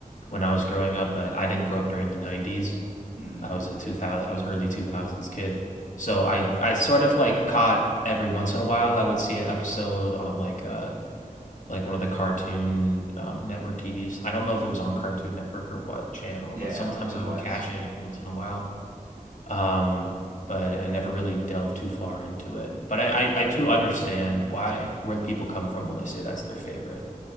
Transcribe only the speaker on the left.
when I was growing up, but I didn't grow up during the 90s.
I was a 2000 I was early 2000s kid. So I I sort of like caught every once in a while I would see an episode on like uh like one of the cartoon um, network TVs. I don't know if it was on Cartoon Network or what channel,
but sometimes
I
would catch it every once in a while. Um, but I never really delved too far into it. But I, I, I too understand why where people come from when they say that's their favorite.